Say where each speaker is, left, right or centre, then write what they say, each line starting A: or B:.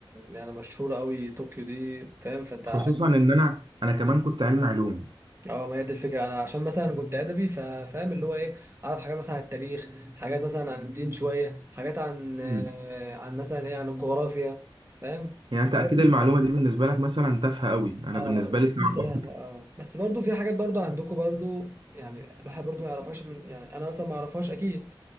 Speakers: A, on the right; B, on the right.
A: يعني مشهورة قوي طوكيو دي فاهم فانت عارف-
B: خصوصا إن أنا أنا كمان كنت علم علوم
A: اه ما هي دي الفكرة انا عشان مثلا كنت ادبي فا- فاهم اللي هو ايه اعرف حاجات مثلا عن التاريخ حاجات مثلا عن الدين شوية حاجات عن آه،
B: مم.
A: عن مثلا ايه عن الجغرافيا فاهم
B: يعني
A: فدي
B: أنت أكيد
A: برضو
B: المعلومة دي بالنسبة لك مثلا تافهة قوي أنا
A: اه
B: بالنسبة لي صعبة
A: دي سهلة اه بس برضو في حاجات برضو عندكم برضو يعني الواحد برضو ما يعرفهاش من يعني انا مثلا ما اعرفهاش اكيد